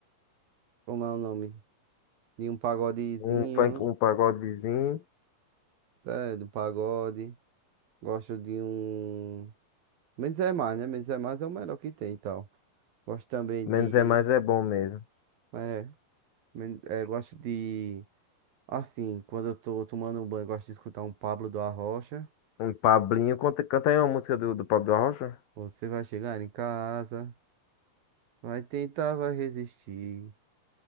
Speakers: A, on the right (about 85°); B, on the left (about 80°).
A: Como é o nome? De um pagodezinho,
B: Um funk, um pagodezinho.
A: é, do pagode. Gosto de um. Menos é mais, né? Menos é mais é o melhor que tem e tal. Gosto também
B: Menos
A: de.
B: é mais é bom mesmo.
A: É, men- é, gosto de. Assim, quando eu tô tomando um banho, gosto de escutar um Pablo do Arrocha.
B: Um Pablinho. Canta, canta aí uma música do, do Pablo Rocha.
A: Você vai chegar em casa, vai tentar, vai resistir.